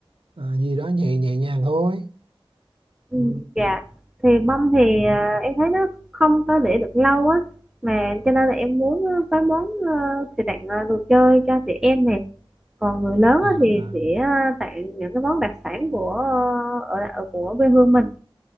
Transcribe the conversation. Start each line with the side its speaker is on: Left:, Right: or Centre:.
Right: à, gì đó nhẹ nhẹ nhàng thôi
Centre: Ừ,
Right: ừ,
Centre: dạ. Thì bông thì
Right: ừ.
Centre: à, em thấy nó không có để được lâu á. Mà cho nên là em muốn ờ, có món ờ, thì tặng ờ, đồ chơi cho chị em này. Còn người lớn
Right: à,
Centre: á, thì
Right: à.
Centre: sẽ ờ, tặng những cái món đặc sản của ờ, ở, ở của quê hương mình.